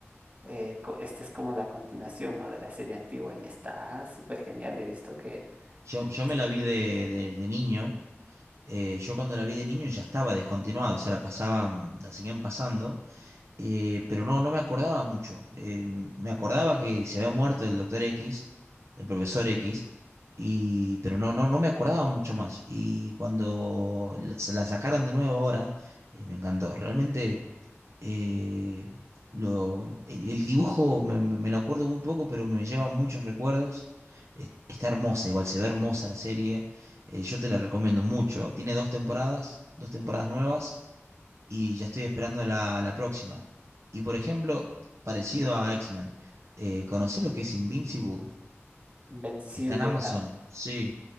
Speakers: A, on the right (about 35°); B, on the right (about 70°).
A: eh, co- esta es como la continuación, ¿no? De la serie antigua y está súper genial. He visto que
B: Yo, yo
A: es
B: me la vi de, de- de niño. eh, yo cuando la vi de niño ya estaba descontinuada, o sea, la pasaban, la seguían pasando. eh, pero no, no me acordaba mucho. Eh, m- me acordaba que se había muerto el doctor X, el profesor X, y, pero no, no, no me acordaba mucho más. Y cuando la- se la sacaron de nuevo ahora, eh, me encantó. Realmente eh, lo, el, el dibujo me, me- me lo acuerdo un poco, pero me lleva muchos recuerdos. Eh, Está hermosa, igual se ve hermosa la serie. Eh, yo te la recomiendo mucho. Tiene dos temporadas, dos temporadas nuevas y ya estoy esperando la, la próxima. Y por ejemplo, parecido a X-Men, eh, ¿conocés lo que es Invincible?
A: invencible.
B: Está en Amazon.
A: Ah,
B: Sí,